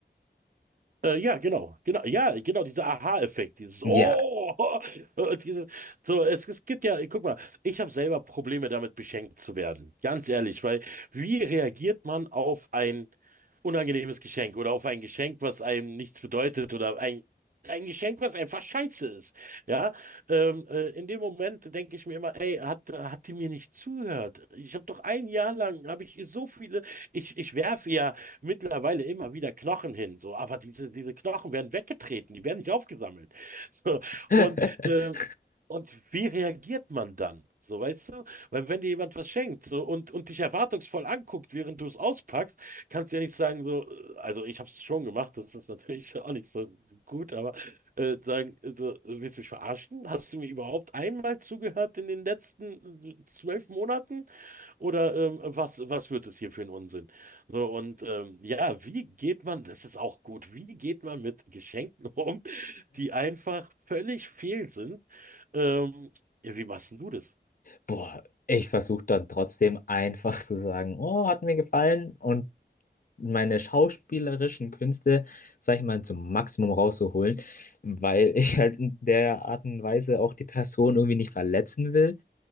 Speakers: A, on the right; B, on the left.
A: Äh, ja, genau, genau, ja, genau, dieser Aha-Effekt, dieses
B: Ja.
A: Oh, <laughs> und dieses, so, es, es gibt ja, guck mal, ich habe selber Probleme damit, beschenkt zu werden, ganz ehrlich, weil wie reagiert man auf ein unangenehmes Geschenk oder auf ein Geschenk, was einem nichts bedeutet oder ein, ein Geschenk, was einfach scheiße ist, ja, ähm, äh, in dem Moment denke ich mir immer, ey, hat, hat die mir nicht zugehört? Ich habe doch ein Jahr lang, habe ich ihr so viele, ich, ich werfe ja mittlerweile immer wieder Knochen hin, so, aber diese, diese Knochen werden weggetreten, die werden nicht aufgesammelt. <laughs> So,
B: <laughs>
A: und, äh, und wie reagiert man dann? So, weißt du? Weil wenn dir jemand was schenkt so, und, und dich erwartungsvoll anguckt, während du es auspackst, kannst du ja nicht sagen, so, äh, also ich habe es schon gemacht, das ist natürlich <laughs> auch nicht so gut, aber äh, sagen, äh, so, willst du mich verarschen? Hast du mir überhaupt einmal zugehört in den letzten äh, zwölf Monaten? Oder ähm, was, was wird es hier für ein Unsinn? So, und ähm, ja, wie geht man, das ist auch gut, wie geht man mit Geschenken <laughs> um, die einfach völlig fehl sind? Ähm, ja, wie machst denn du das?
B: Boah, ich versuche dann trotzdem einfach zu sagen, oh, hat mir gefallen und meine schauspielerischen Künste, sag ich mal, zum Maximum rauszuholen, weil ich halt in der Art und Weise auch die Person irgendwie nicht verletzen will.